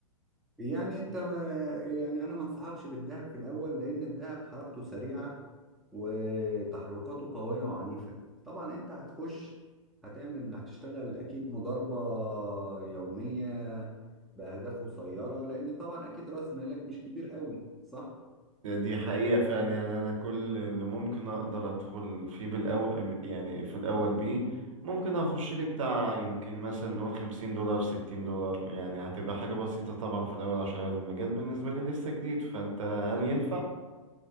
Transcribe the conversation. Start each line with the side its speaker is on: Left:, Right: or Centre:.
Centre: يعني انت ما يعني انا ما انصحكش بالدهب في الاول لان الدهب حركته سريعه وتحركاته قويه وعنيفه طبعا انت هتخش هتعمل هتشتغل اكيد مضاربه يوميه باهداف قصيره لان طبعا اكيد راس مالك مش كبير قوي صح
Right: يعني دي حقيقة فعلا يعني أنا كل اللي ممكن أقدر أدخل فيه بالأول يعني في الأول بيه ممكن أخش لي بتاع يمكن مثلا نقول خمسين دولار ستين دولار يعني هتبقى حاجة بسيطة طبعا في الأول عشان المجال بالنسبة لي لسه جديد فأنت هل ينفع؟